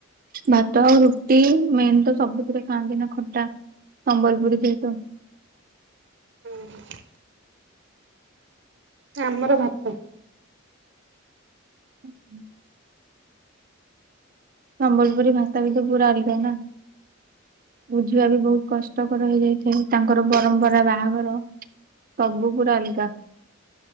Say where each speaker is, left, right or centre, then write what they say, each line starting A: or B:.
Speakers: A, on the right; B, on the right.
A: ଭାତ ଆଉ ରୁଟି ମେନ୍ ତ ସବୁଥିରେ ଖାଆନ୍ତି ନା ଖଟା। ସମ୍ବଲପୁରି ଯେ ହେତୁ।
B: ଅ ହଁ। ଆମର ଭାତ।
A: ହ୍। ସମ୍ବଲପୁରୀ ଭାଷା ବି ତ ପୁରା ଅଲଗା ନା। ବୁଝିବା ବି ବହୁତ କଷ୍ଟକର ହେଇଯାଇଥାଏ, ତାଙ୍କର ପରମ୍ପରା ବାହାଘର। ସବୁ ପୁରା ଅଲଗା।